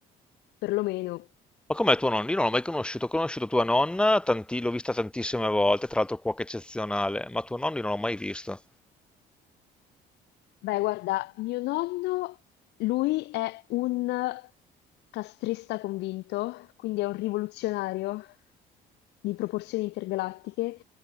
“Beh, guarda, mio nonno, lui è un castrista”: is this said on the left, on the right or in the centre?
Left